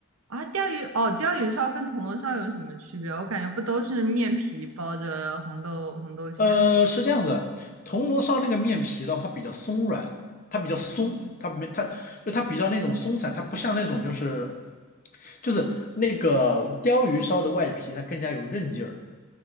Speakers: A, on the right; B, on the left.
A: 啊，钓鱼，哦，钓鱼烧跟铜锣烧有什么区别？我感觉不都是面皮包着红豆红豆馅？
B: 呃，是这样子，铜锣烧那个面皮的话，它比较松软，它比较松，
A: 哦，
B: 它没它就它比较那种松散，它不像那种就是就是那个鲷鱼烧的外皮，它更加有韧劲儿，